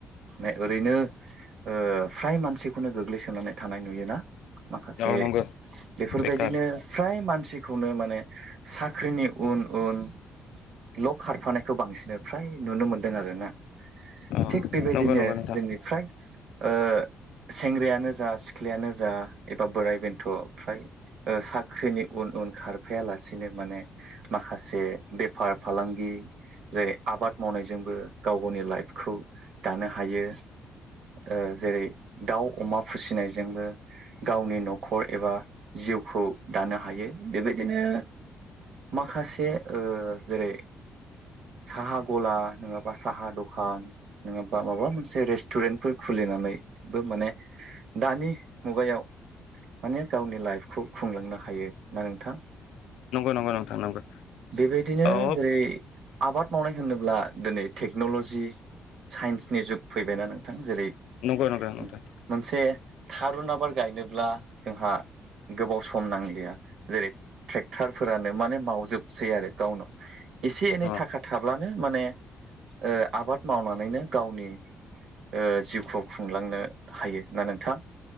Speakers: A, on the right; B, on the left.
A: माने ओरैनो ओ फ्राय मानसिखौनो गोग्लैसोनानै थानाय नुयोना? माखासे
B: औ नंगौ
A: बे फोरबायदिनो
B: बेखार
A: फ्राय मानसिखौनो माने साख्रिनि उन उन ल खारफानायखौ बांसिनो फ्राय नुनो मोन्दों आरोना।
B: अ
A: थिग बेबायदिनो
B: नंगौ नंगौ नोंथां
A: जोंनिफ्राय ओ सेंग्रायानो जा सिख्लायानो जा एबा बोराय बेन्थ' फ्राय ओ साख्रिनि उन उन खारफायालासिनो माने माखासे बेफार फालांगि जेरै आबाद मावनायजोंबो गाव गावनि लाइफखौ दानो हायो। ओ जेरै दाउ अमा फिसिनायजोंबो गावनि न'खर एबा जिउखौ दानो हायो बेबायदिनो माखासे ओ जेरै साहा गला नङाबा साहा दखान नङाबा माबा मोनसे रेस्ट टुरेन्टफोर खुलिनानैबो माने दानि मुगायाव माने गावनि लाइफखौ खुंलांनो हायो ना नोंथां।
B: नंगौ नंगौ नोंथां नंगौ
A: बेबायदिनो
B: औ
A: जेरै आबाद मावनाय होनोब्ला दिनै टेक्न'ल'जि साइन्सनि जुग फैबायना नोंथां जेरै
B: नंगौ नोंथां नोंथां।
A: मोनसे थारुन आबाद गायनोब्ला जोंहा गोबाव सम नांलिया। जेरै ट्रेक्टार फोरानो माने मावजोबसै आरो गावनाव एसे एनै
B: अ
A: थाखा थाब्ला नो माने ओ आबाद मावनानैनो गावनि ओ जिउखौ खुंलांनो हायो ना नोंथां।